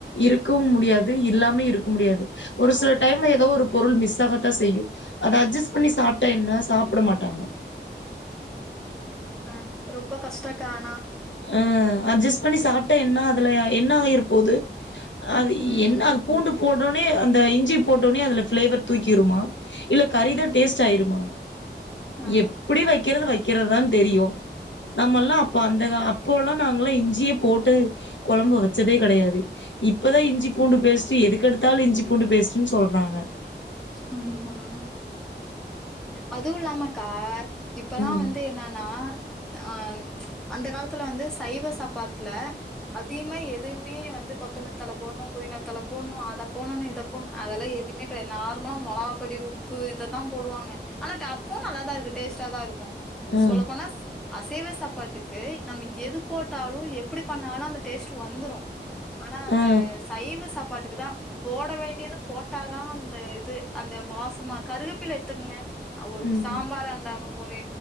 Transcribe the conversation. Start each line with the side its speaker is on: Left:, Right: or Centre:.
Left: இருக்கவு முடியாது இல்லாம இருக்க முடியாது ஒரு சில
Centre: ஆமா
Left: டைம்ல ஏதோ ஒரு பொருள் மிஸ் <unintelligible> செய்யு அத அட்ஜஸ்
Centre: ம்
Left: பண்ணி சாப்டா என்ன சாப்பிடமாட்டாங்க
Centre: ஆ ரொம்ப கஷ்டக்கா ஆனா
Left: ஆ அட்ஜஸ்ட் பண்ணி சாப்ட்டா என்ன அதுல என்ன ஆயிருப்போது அது
Centre: ம் ம்
Left: என்ன அது பூண்டு போட் டவுடனே அந்த இஞ்சி போட்டவுட்னே அது ஃபிளேவர் தூக்கிருமா இல்ல கறிதா டேஸ்ட் ஆயிருமா
Centre: ஆ
Left: எப்டி வைக்கறத வை க்கிறதுதான்னு தெரியு நம்மல்லா அப்ப அந்த கா அப் போ எல்லா நாங்கல்லா இஞ்சியே போட்டு கொழம்பு வச்சதே கெடையாது இப்பதா இஞ்சி பூண்டு பேஸ் சி எதுக்கெடுத்தாலு இஞ்சி பூண்டு பேஸ்டுன்னு சொல்றாங்க
Centre: ம் ஆமா அதுவு இல்லாமக்கா இப்பல்லா
Left: ம்
Centre: வந்து என்னன்னா அ அந்த காலத்துல வந்து சைவ சாப்பாட்ல அதிகமா எதுவுமே வந்து கொத்தமல்லி தழ போடணு புதினா தழ போடணு அத போடணு இத போடணு அதெல்லா எதுவுமே கெடையாது நார்மலா மொளகாப்பொடி உப்பு இதத்தா போடுவாங்க ஆனாட்டா அப்போவு நல்லாதா இருக்கு டேஸ்ட்டாதா இருக்கும்
Left: ஆ
Centre: சொல்லப் போனா அசைவ சாப்பாட்டு க்கு நம்ம எது போட்டாலு எப்படி பண்ணாலு அந்த டேஸ்ட் வந்துரு ஆனா அந்த
Left: ஆ
Centre: சைவ சா ப்பாட்டுக்குதா போட வேண்டியது போட்டாதா அந்த இது அந்த வாசமா கருவேப்பில எடுத்துக்கங்க அவுருக்கு
Left: ம்
Centre: சாம்பாரா
Left: ம்
Centre: இருந்தாலும் ஒரு